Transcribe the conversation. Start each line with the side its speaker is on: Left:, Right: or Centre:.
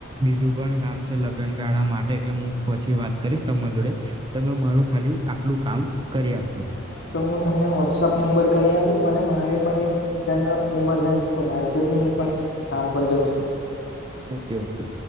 Right: બીજું પણ કામ છે લગનગાળા માટે એટલે હું પછી વાત કરીશ તમારી જોડે તમે મારું ખાલી આટલું કામ કરી આપજો
Left: હા તો હું તમને વોટ્સઅપ નંબર કરી આપું અને મારે પણ એક જન ઇમરજન્સી કોલ આવ્યો તેથી હું પણ કામ પર જાઉં છું.
Right: Okay okay.